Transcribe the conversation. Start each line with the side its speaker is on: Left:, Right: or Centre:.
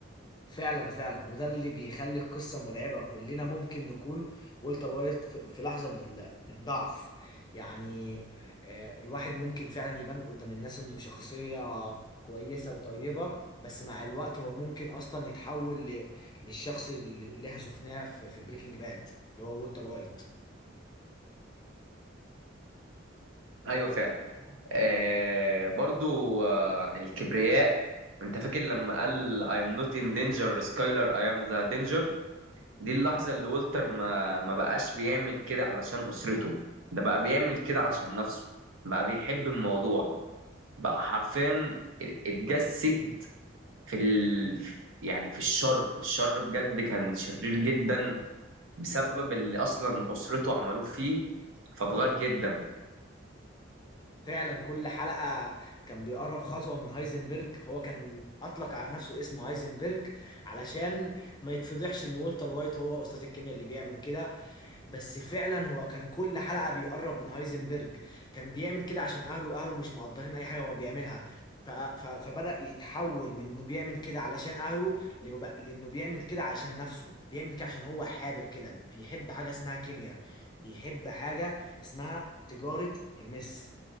Left: فعلا فعلا وده اللي بيخلي القصه مرعبه كلنا ممكن نكون والتر وايت في في لحظه من ال- من الضعف يعني آه، الواحد ممكن فعلا يبان قدام الناس انه شخصيه كويسه وطيبه بس مع الوقت هو ممكن اصلا يتحول ل- للشخص اللي اللي احنا شفناه في, في بريكنج باد اللي هو والتر وايت
Right: أيوة فعلا آه برضو آه الكبرياء أنت فاكر لما قال I am not in danger Skyler I am the danger دي اللحظة اللي والتر ما ما بقاش بيعمل كده علشان أسرته ده بقى بيعمل كده علشان نفسه بقى بيحب الموضوع بقى حرفيا اتجسد في ال... يعني في الشر الشر بجد كان شرير جدا بسبب اللي أصلا أسرته عملوه فيه فاتغير جدا
Left: فعلا كل حلقة كان بيقرب خطوة من هايزنبرج هو كان أطلق على نفسه اسم هايزنبرج علشان ما يتفضحش إن والتر وايت هو أستاذ الكيمياء اللي بيعمل كده بس فعلا هو كان كل حلقة بيقرب من هايزنبرج كان بيعمل كده عشان أهله أهله مش مقدرين أي حاجة هو بيعملها ف... ف... فبدأ يتحول من إنه بيعمل كده علشان أهله لب- لإنه بيعمل كده عشان نفسه بيعمل كده عشان هو حابب كده بيحب حاجة اسمها كيمياء بيحب حاجة اسمها تجارة المس